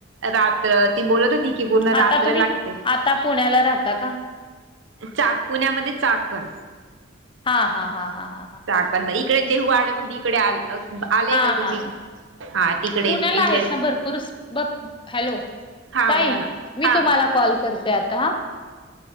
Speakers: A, on the right; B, on the left.
A: रात्र ती बोलत होती की पूर्ण
B: आता
A: रात्र
B: तुम्ही
A: लागते.
B: आता पुण्याला राहता का.
A: चा पुण्यामध्ये चाकण
B: हा हा हा हा हा हा.
A: चाक पण मग इकडे देऊू आळंदी इकडे आ आलेय
B: हा
A: का तुम्ही
B: हा ह
A: हा तिकडे
B: पुण्याला
A: इकडे
B: आहेत ना भरपूर हॅलो.
A: हा
B: ताई
A: बोला ना
B: मी
A: हा
B: तुम्हाला कॉल करते आता हा.